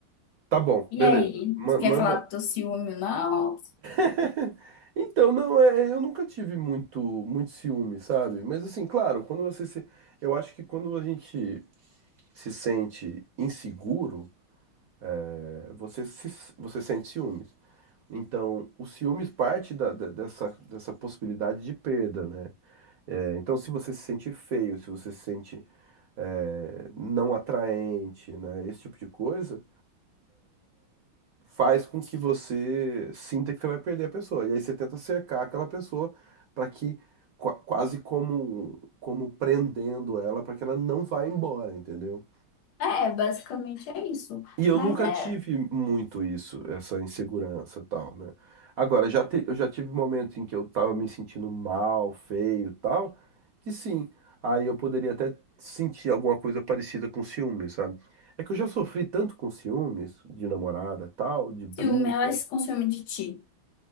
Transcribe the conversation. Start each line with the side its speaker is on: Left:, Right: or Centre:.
Right: Tá bom,
Left: E
Right: beleza.
Left: aí,
Right: Ma-
Left: você quer
Right: Manda.
Left: falar do teu ciúme, não?
Right: <laughs> Então, não, é, eu nunca tive muito, muito ciúme, sabe? Mas assim, claro, quando você se. Eu acho que quando a gente se sente inseguro, eh, você se, você sente ciúmes. Então, o ciúmes parte da- da- dessa, dessa possibilidade de perda, né? Eh, então, se você se sente feio, se você se sente eh, não atraente, né? Esse tipo de coisa faz com que você sinta que você vai perder a pessoa. E aí você tenta cercar aquela pessoa para que qua- quase como como prendendo ela para que ela não vá embora, entendeu?
Left: É, basicamente é isso.
Right: E eu
Left: Mas
Right: nunca
Left: é
Right: tive muito isso, essa insegurança e tal, né? Agora, já te- eu já tive momentos em que eu tava me sentindo mal, feio e tal, que sim, aí eu poderia até sentir alguma coisa parecida com ciúmes, sabe? É que eu já sofri tanto com ciúmes, de namorada e tal, de briga.
Left: ciúme, ela se consome de ti.